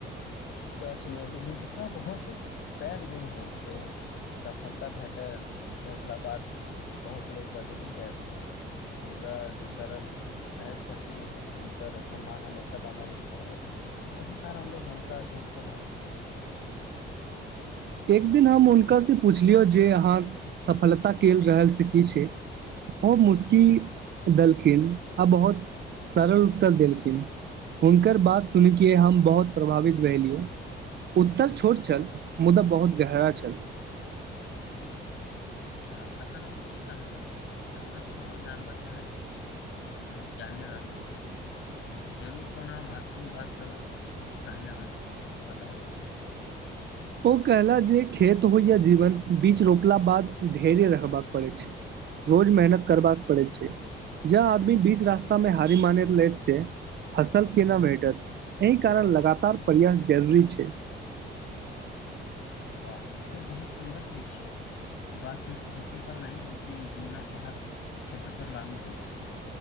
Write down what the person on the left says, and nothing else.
सचमे विनूता बहुत पैघ गुण होइत छैक सफलता भेटला बाद बहुत लोको बदलि जाइत छथिन मुदा जे सरल रहैत छथिन हुनकर सम्मान हमेशा बनल रहैत छैक एहि कारण लोको हुनका दिलसँ मानैत छी
अच्छा तखन ओ की कहलक हमरा सेहो जानबयकेँ जानि रहल छैक जरूर कोनो महत्वपूर्ण बात कहने होयत बताउ
वाह ई तऽ बहुत सुन्दर सिख छै ई बात सिर्फ खेतीपर नहि बल्कि जीवनके हर क्षेत्रपर लागू होइ छै